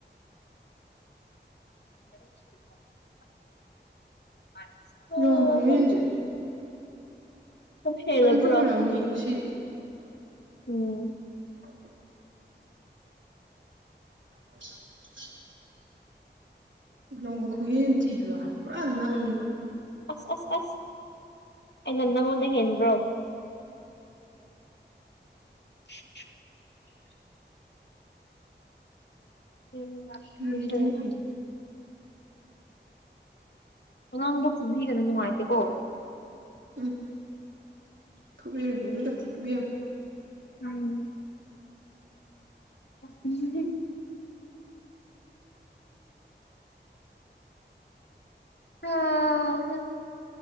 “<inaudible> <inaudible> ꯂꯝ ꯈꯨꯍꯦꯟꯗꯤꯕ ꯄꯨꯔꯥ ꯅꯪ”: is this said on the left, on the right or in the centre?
Right